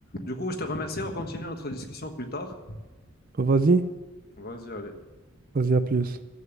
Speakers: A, on the left; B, on the right.
A: Du coup, je te remercie. On continue notre discussion plus tard.
B: Vas-y,
A: Vas-y, allez.
B: vas-y, à plus.